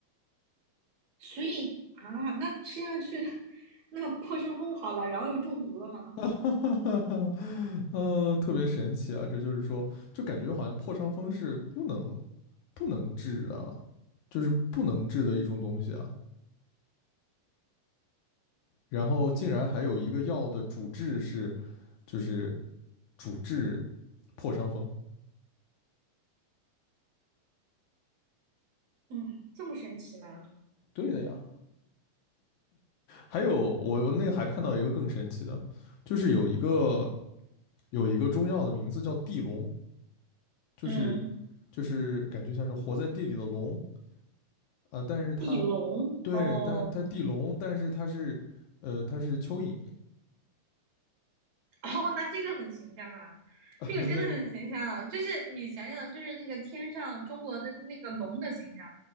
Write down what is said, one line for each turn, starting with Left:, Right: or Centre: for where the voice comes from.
Right: 所以啊，那吃下去 <laughs> 那个破伤风好了，然后又中毒了吗？
Left: <laughs> 哈哈哈哈，嗯，特别神奇啊！这就是说，就感觉好像破伤风是不能不能治的，就是不能治的一种东西啊。然后竟然还有一个药的主治是就是主治破伤风，
Right: 嗯，这么神奇吗？
Left: 对的呀，还有我我那个还看到一个更神奇的，就是有一个有一个中药的名字叫地龙，就是
Right: 嗯，
Left: 就是感觉像是活在地里的龙啊、但是它
Right: 地龙哦。
Left: 对，但它地龙，但是它是呃它是蚯蚓，
Right: <laughs> 哦，那这个很形象啊，
Left: <laughs>
Right: 这个真的很形象啊。
Left: 在
Right: 就是你想想，就是那个天上中国的那个龙的形象，